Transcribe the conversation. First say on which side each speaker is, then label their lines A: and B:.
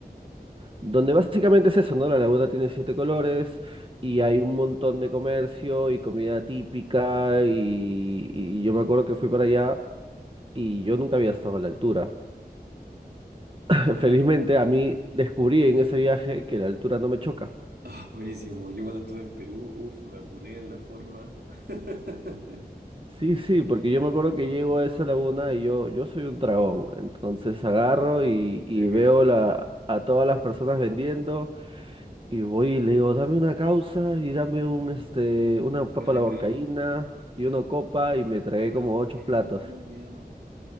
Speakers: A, on the right; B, on the right.
A: Donde básicamente es eso, ¿no? La laguna tiene siete colores y hay un montón de comercio y comida típica y, y yo me acuerdo que fui para allá y yo nunca había estado a la altura. <laughs> Felizmente a mí descubrí en ese viaje que la altura no me choca.
B: Ah, buenísimo. Yo cuando estuve en Perú, uff, me apuné de una forma. <laughs>
A: Sí, sí, porque yo me acuerdo que llego a esa laguna y yo, yo soy un dragón, entonces agarro y, y
B: Ok,
A: veo la, a todas las personas vendiendo Y voy y le digo, dame una causa y dame un, este, una papa
B: buena
A: a la
B: década.
A: huancaína y una copa y
B: Las
A: me tragué
B: cobras
A: como
B: bancaínas,
A: ocho platos.
B: me he olvidado.